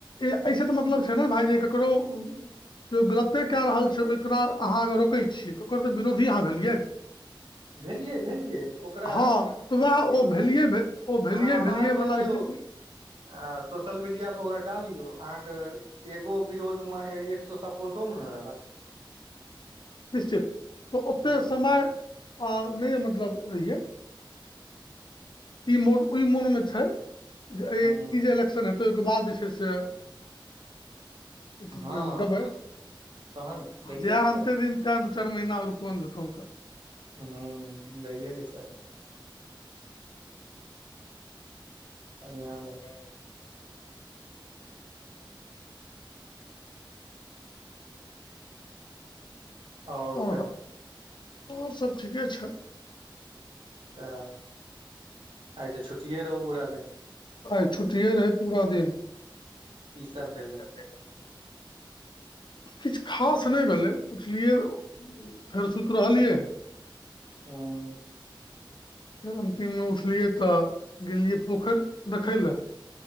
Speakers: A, on the left; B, on the right.
A: एहिस तऽ मतलब छै ने भाइ जे ककरो केओ गलते कए रहल छै ओकरा अहाँ रोकै छियै तऽ ओकर तऽ विरोधी अहाँ भेलियै
B: भेलियै भेलियै तऽ ओकरा
A: हँ तऽ उएह ओ
B: विरोधीस
A: भेलियै ओ भेलियै
B: अहाँ आवाज
A: भेलियै
B: बनियौ
A: वला स्थिति
B: आ सोशल मीडिया पर ओकरा डालियौ अहाँके एगो विरोधमे ए एक सौ सपोर्टो मे नऽ रहत
A: निश्चित तऽ ओते
B: हूँ
A: समय अ नहि मतलब रहियै
B: <inaudible>
A: मोन ओहि मोनमे छै जे अइ
B: हूँ
A: ई जे इलेक्शन हेतै ओहिके बाद जे छै से अइ चिज
B: हँ
A: मे देबै
B: तहन दैये
A: जै
B: के चाही
A: अन्ते दिन तै दू चार महीना और कोन झूठोंका
B: हँ दैेयेके चाहि बढ़िया रहत
A: हँ
B: आओर
A: और
B: कही
A: ह और सब ठीके छै
B: स‌एह आइ तऽ छुट्टिये रहू पूरा दिन
A: आइ छुट्टीेये रहै पूरा दिन
B: की सब भेलै
A: <inaudible> किछु खास नहि भेलै उठलियै फेर सुति रहलियै
B: उंम्म
A: फेर अन्तिममे उठलियै तऽ गेलियए पोखरि देखै लए